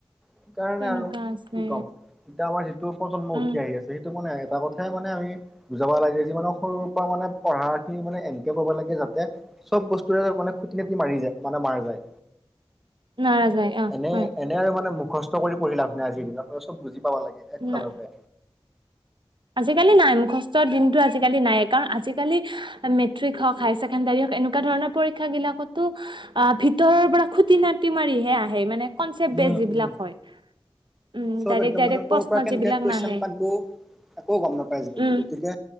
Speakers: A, in the centre; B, on the right (about 60°).
A: সেইকাৰণে
B: তেনেকুৱা
A: আৰু
B: আছে
A: কি ক'ম। এতিয়া আমাৰ যিটো প্ৰজন্ম
B: উম,
A: উঠি আহি আছে। সেইটো মানে এটা কথাই মানে আমি বুজাব লাগে যি মানে সৰুৰ পৰা মানে পঢ়াখিনি মানে কৰবা লাগে যাতে চব বস্তু মানে খুট-নাতি মাৰি যায়, মানে মাৰা যায়।
B: নাৰা যায় অ',
A: এনেই
B: হয়।
A: এনেই আৰু মানে মুখস্থ কৰি পঢ়ি লাভ নাই, আজিৰ দিনত চব বুজি পাব লাগে এক ফালৰপে।
B: না আজিকালি নাই মুখস্থৰ দিনটো আজিকালি নাই কাৰণ আজিকি মেট্ৰিক হওক হায়াৰ ছেকেণ্ডাৰী হওক এনেকুৱা ধৰণৰ পৰীক্ষা গিলাকতো অ' ভিতৰৰ পৰা খুটি নাতি মাৰিহে আহে মানে কনচেপট বেচ
A: উম
B: যিবিলাক
A: উম
B: হয় উম
A: চব
B: ডাইৰেক্ট
A: একদম
B: ডাইৰেক্ট
A: মানে ক'ৰ
B: প্ৰশ্ন
A: পৰা কেনেকে
B: যিবিলাক
A: কুৱেশন
B: নাহে।
A: কাটব একো গম নাপাইছিল বুলি
B: উম,
A: গতিকে